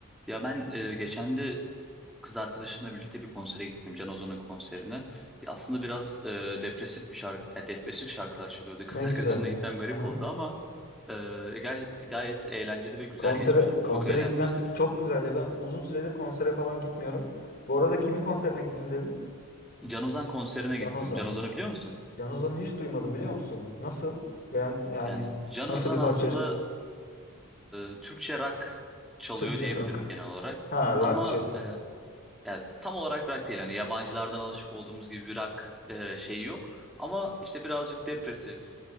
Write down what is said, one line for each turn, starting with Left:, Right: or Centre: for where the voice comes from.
Centre: Ya ben e, geçen de kız arkadaşımla birlikte bir konsere gittim. Can Ozan'ın konserine. Ya aslında biraz e, depresif bir şarkı, e, depresif şarkılar çalıyordu. <laughs> Kız
Left: Ne
Centre: arkadaşımla
Left: güzel.
Centre: gitmem garip
Left: Aha.
Centre: oldu ama e, gayet gayet eğlenceli ve güzel
Left: Konsere
Centre: geçmiş aslında.
Left: konsere
Centre: Çok eğlenmiştim.
Left: gitmen çok güzel ya. Ben uzun süredir konsere falan gitmiyorum. Bu arada kimin konserine gittim dedin?
Centre: Can Ozan konserine gittim.
Left: Can Ozan.
Centre: Can Ozan'ı biliyor musun?
Left: Can Ozan'ı hiç duymadım biliyor musun? Nasıl? Ben yani
Centre: Yani Can
Left: nasıl
Centre: Ozan
Left: bir parça?
Centre: aslında e, Türkçe rock çalıyor
Left: Türkçe
Centre: diyebilirim
Left: rock.
Centre: genel olarak.
Left: Ha rockçı.
Centre: Ama e, yani tam olarak rock değil. Hani yabancılardan alışık olduğumuz gibi bir rock e, şeyi yok. Ama işte birazcık depresif.